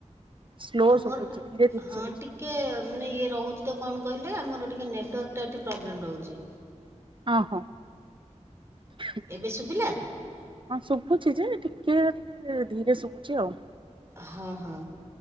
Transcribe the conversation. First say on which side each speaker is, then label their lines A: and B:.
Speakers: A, on the right; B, on the right.
A: ସ୍ଲୋ
B: ଆମର
A: ଶୁଭୁଛି ଧୀରେ ଧୀରେ
B: ହଁ
A: ଶୁଭୁଛି
B: ଟିକେ ମାନେ ଇଏ ରହୁଛି ତ କଣ କହିଲେ ଆମର ଟିକେ ନେଟୱର୍କ ଟା ଏଠି ପ୍ରବ୍ଲେମ୍ ରହୁଚି।
A: ଅଁ ହଁ ହଁ
B: ଏବେ ଶୁଭିଲା
A: ଶୁଭୁଛି ଯେ ଟିକ୍ <unintelligible> ଟିକେ ଧୀରେ ଶୁଭୁଛି ଆଉ।
B: ହଁ ହଁ।